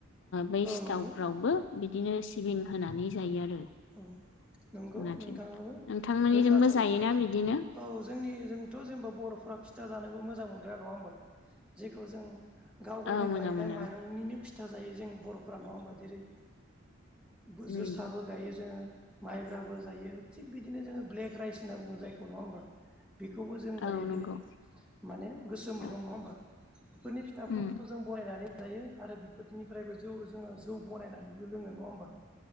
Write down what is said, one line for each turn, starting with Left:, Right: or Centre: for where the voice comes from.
Left: बै ओ
Centre: औ
Left: सिथावफ्रावबो
Centre: नंगौ
Left: बिदिनो सिबिं होनानै जायो आरो
Centre: औ नंगौ
Left: जोंनाथिं
Centre: नोंथाङाबो
Left: नोंथांमोननिजोंबो
Centre: जोंहाथ
Left: जायोना बिदिनो
Centre: औ जोंनि जोंथ जेनेबा बरफोरा फिथा जानोबो मोजां मोनो ग्रा नंङा होमबा जेखौ जों गाव गायनो
Left: औ मोजां
Centre: गायनाय
Left: मोनो
Centre: माइरंनिनो फिथा जायो जों बरफोरा नंङा होमबा जेरै बोजोसाबो
Left: उम
Centre: जो मब्राबो जायो थिग बिदिनो जोङो ब्लेक राइस होनना बुङो जायखौ नङा होमबा बेखौबो जों जायो
Left: औ नंगौ
Centre: दिनै माने गोसोम
Left: औ
Centre: माइरं नङा होमबा बेफोरनि फिथाखौ
Left: उम
Centre: जों बनायनानै जायो आरो बेफोरदिनिफ्रायबो जौ जोंङो जौ बनायनानैबो लोङो नङा होमबा